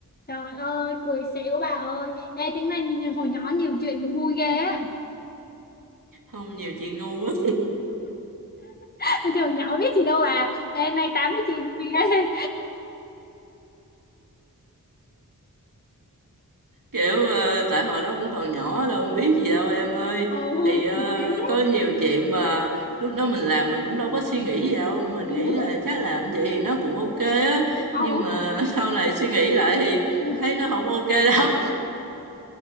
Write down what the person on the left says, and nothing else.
trời ơi cười xỉu bà ơi ê tính này nhìn hồi nhỏ nhiều chuyện vui ghê á
<laughs> thì hồi nhỏ biết gì đâu à ê nay tám với chị vui ghê
<laughs> ồ
thì thế
ừ
ồ
ừ.